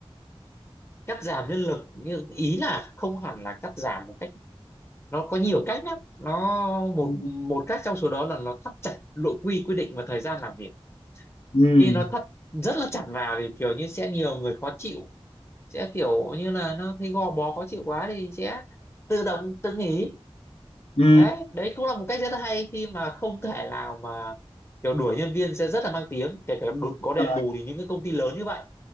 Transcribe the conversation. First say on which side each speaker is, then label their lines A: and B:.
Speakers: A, on the left; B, on the left.
A: cắt giảm nhân lực nhưng ý là không hẳn là cắt giảm một cách nó có nhiều cách lắm nó một
B: Ừ.
A: một cách trong số đó là nó thắt chặt nội quy quy định và thời gian làm việc
B: Ừ.
A: khi nó thắt rất là chặt vào thì kiểu như sẽ nhiều người khó chịu sẽ kiểu như là nó thấy gò bó khó chịu quá thì sẽ tự động tự nghỉ
B: Ừ.
A: đấy đấy cũng là một cách rất là hay khi mà không thể nào mà kiểu đuổi nhân viên sẽ rất là mang tiếng kể cả đột- có đền
B: Rồi.
A: bù thì những cái công ty lớn như vậy